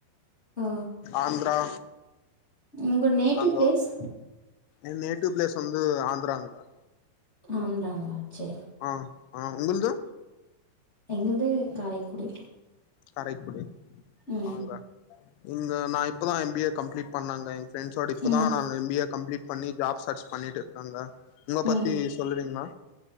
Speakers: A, on the left; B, on the left.
A: ஓ
B: ஆந்திரா
A: உங்க நேட்டிவ்
B: நாங்க
A: ப்ளேஸ்
B: என் நேட்டிவ் பிளேஸ் வந்து ஆந்திராங்க
A: ஆந்த்ராங்ளா சே
B: ஆ ஆ உங்கள்து
A: எங்கள்து காரைக்குடி
B: காரைக்குடி
A: ம்
B: ஆங்க இங்க நா இப்பதா எம் பி ஏ கம்ப்ளீட் பண்ணங்க என் ஃப்ரெண்ட்ஸோட இப்பதா
A: ம்
B: நான் எம் பி ஏ கம்ப்ளீட் பண்ணி ஜாப் சர்ச் பண்ணிட்டுருக் கங்க <unintelligible> உங்க பத்தி
A: ம்
B: சொல்லுறீங்ளா